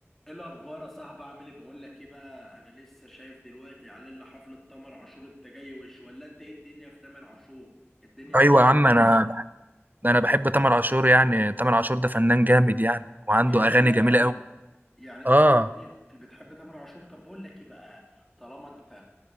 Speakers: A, in the centre; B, on the right.
A: ايه الاخبار يا صاحبي عامل ايه بقول لك ايه بقى انا لسه شايف دلوقتي اعلان لحفله تامر عاشور انت جاي وش ولا انت ايه الدنيا في تامر عاشور الدنيا
B: ايوه
A: مش تمام
B: يا عم انا انا بحب تامر عاشور يعني تامر عاشور ده فنان جامد يعني وعنده
A: يا سلام
B: اغاني جميله قوي
A: يعني انت
B: اه
A: بت... ليه بتحب تامر عاشور طب بقول لك ايه بقى طالما انت